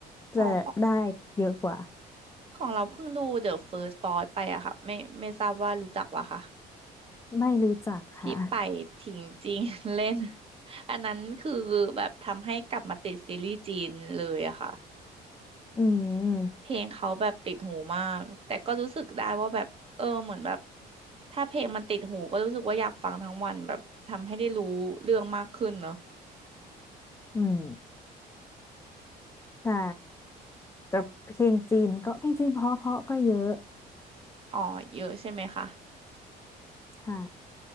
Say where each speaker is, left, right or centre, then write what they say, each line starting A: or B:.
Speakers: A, on the left; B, on the right.
A: จะได้เยอะกว่า
B: อ๋อ ของเราเพิ่งดู The First Fort ไปอะค่ะไม่ไม่ทราบว่ารู้จักวะค่ะ
A: ไม่รู้จักค่ะ
B: ที่ไปถิงจริง <laughs> เล่น <laughs> อันนั้นคือแบบทำให้กลับมาติดซีรีส์จีนเลยอะค่ะ
A: <laughs> อืม
B: เพลงเขาแบบติดหูมากแต่ก็รู้สึกได้ว่าแบบเออเหมือนแบบถ้าเพลงมันติดหูก็รู้สึกว่าอยากฟังทั้งวันแบบทำให้ได้รู้เรื่องมากขึ้นเนอะ
A: อืมใช่แต่เพลงจีนก็เพลงจีนเพราะๆก็เยอะ
B: อ๋อเยอะใช่ไหมคะ
A: ใช่